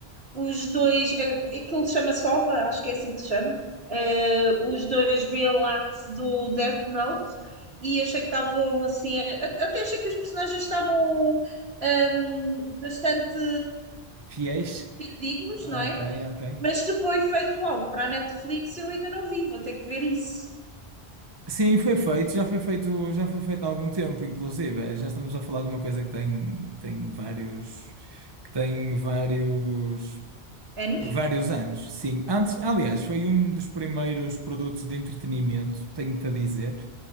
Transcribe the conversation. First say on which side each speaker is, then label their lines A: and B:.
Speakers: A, on the right (about 75°); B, on the right (about 25°).
A: os dois, eh, aquilo chama Sova, acho que é assim que se chama, eh, os dois real acts do Death Note e achei que estavam assim, a- até achei que os personagens estavam hum, bastante
B: fiéis.
A: dignos,
B: Ok,
A: não é?
B: ok.
A: Mas se foi feito algo para a Netflix, eu ainda não vi, vou ter que ver isso.
B: Sim, foi feito, já foi feito, já foi feito há algum tempo, inclusive. Já estamos a falar de uma coisa que tem, tem vários, que tem vários
A: Anos?
B: Vários anos, sim. Antes, aliás, foi um dos primeiros produtos de entretenimento, tenho-te a dizer,